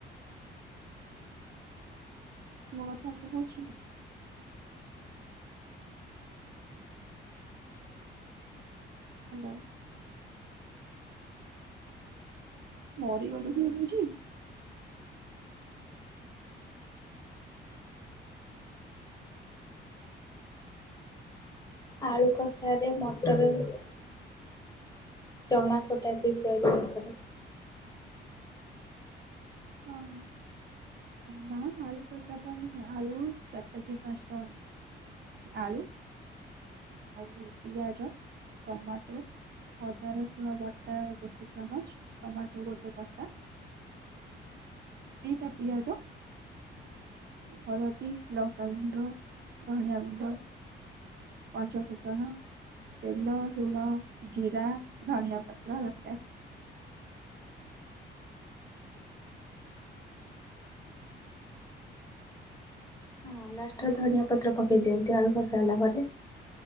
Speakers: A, on the right (about 55°); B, on the left (about 20°).
A: ମୋ କଥା ଶୁଭୁଛି। ହ୍ୟାଲୋ। ମରି ଗଲୁ କି ଦେଇଛି।
B: ଆଳୁ କଷାରେ ମଦର୍ ଇସ୍ ଚଣା କଟା ବି ପ୍ରଦାନ କରେ।
A: ହଁ ନା ଆଳୁ କଷା ପାଇଁ ଆଳୁ ଚାରିଟା କି ପାଞ୍ଚଟା ଆଳୁ। ଆଉ ପିଆଜ ଟମାଟୋ ଅଦା ରସୁଣ ବଟା ଗୋଟେ ଚାମଚ ଟମାଟୋ ଗୋଟେ କଟା ସେଇଟା ପିଆଜ ହଳଦୀ ଲଙ୍କାଗୁଣ୍ଡ। ଧଣିଆ ଗୁଣ୍ଡ ପଞ୍ଚ ଫୁଟଣ ତେଲ ଲୁଣ ଜିରା ଧନଆ ପତ୍ର ଦରକାର।
B: ହଁ ଲାଷ୍ଟରେ ଧନଆ ପତ୍ର ପକେଇ ଦିଅନ୍ତି ଆଳୁ କଷା ହେଲା ପରେ।